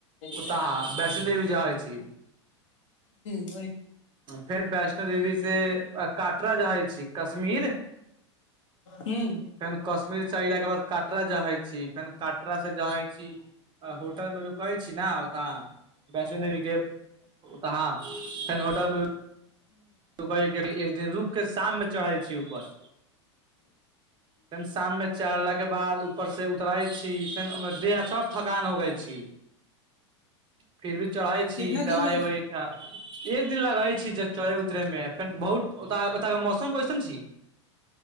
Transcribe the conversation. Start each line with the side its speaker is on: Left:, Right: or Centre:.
Left: ह
Right: आ
Left: ह
Right: वैष्णो देवी जाय छी
Left: <inaudible>
Right: फेर वैष्णो देवी से काटरा जहै छी कश्मीर
Left: हूं
Right: फेन कश्मीर स एला के बाद कटरा जहै छी फेन कटरा से जाहै छी होटल मे रुक कहै छी ने ओतऽ वैष्णोदेवीके ओतऽह फेर होटल दुवैय कहै एक दिन रुक क शाममे चढ़ै छी ऊपर फेन शाममे चढ़लाके बाद ऊपर से उतरै छी फेन ओहिमे देह सब थकान होगई छी <inaudible> फिर भी चढ़ई छी
Left: कितना दिन
Right: दवाई
Left: रहै छै
Right: उबाई खा एक दिन लगई छी जब चढ़ै उतरेमे बहुत ओत के मौसम कैसन छी